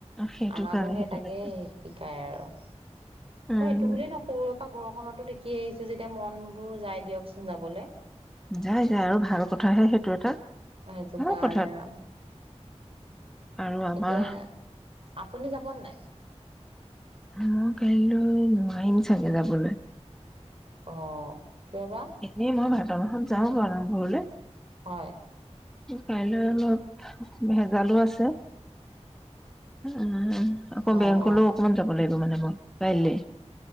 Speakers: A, in the centre; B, on the right.
A: সেইটো
B: আমাকো
A: কাৰণে
B: সেই
A: সেইটো
B: তাকে
A: কাৰণে
B: শিকাই আৰু। সেইটো
A: উম
B: বুলিয়েই ন সৰুৰে পৰা ঘৰখনতো সি আহিছে যেতিয়া, মন বোৰ যায় দিয়কচোন যাবলৈ।
A: যায় যায় আৰু ভাল কথাহে সেইটো এটা।
B: এইটো
A: ভাল
B: কাৰণে
A: কথা
B: আওঁ
A: আৰু আমাৰ
B: এতিয়া, আপুনি যাবনে নাই?
A: মই কাইলৈ নোৱাৰিম চাগে যাবলৈ।
B: অ'। কিয় বা
A: এনে মই ভাদ মাহত যাওঁ বাৰু নামঘৰলে।
B: হয়।
A: কাইলৈ অলপ ভেজালো আছে। উহ। আকৌ
B: হয়
A: বেংকলেও
B: হয়
A: অকমান যাব লাগিব। মানে ম, কাইলে